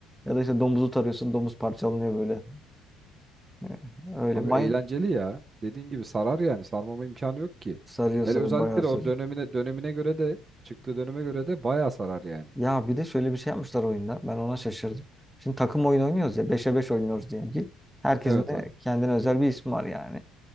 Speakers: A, in the centre; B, on the right (about 30°).
A: Ya da işte domuzu tarıyorsun. Domuz parçalanıyor böyle. E, Öyle.
B: Abi
A: Mine,
B: eğlenceli ya. Dediğin gibi sarar yani. Sarmama imkanı yok ki.
A: Sarıyor
B: Hele
A: sarıyor
B: özellikle
A: bayağı
B: de
A: sarıyor.
B: o dönemine dönemine göre de çıktığı döneme göre de bayağı sarar yani.
A: Ya bir de şöyle bir şey yapmışlar oyunda. Ben ona şaşırdım. Şimdi takım oyunu oynuyoruz ya. beşe 5 oynuyoruz diyelim ki. Herkesin
B: Evet
A: de
B: abi.
A: kendine özel bir ismi var yani.